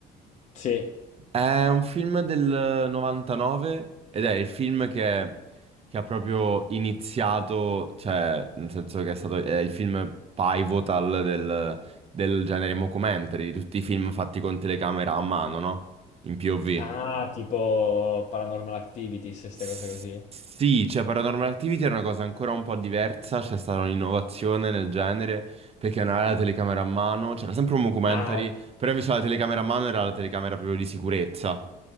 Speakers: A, on the left; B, on the right.
A: Sì.
B: È un film del 99 ed è il film che, che ha proprio iniziato, cioè, nel senso che è stato è il film pivotal del, del genere mockumentary, di tutti i film fatti con telecamera a mano, no? In POV.
A: Ah, tipo Paranormal Activities, queste
B: S-
A: cose così.
B: Sì, cioè Paranormal Activity era una cosa ancora un po' diversa, c'è stata un'innovazione nel genere, perché non era la telecamera a mano, c'era sempre un mockumentary,
A: Ah,
B: però invece la telecamera a mano era la telecamera proprio di sicurezza.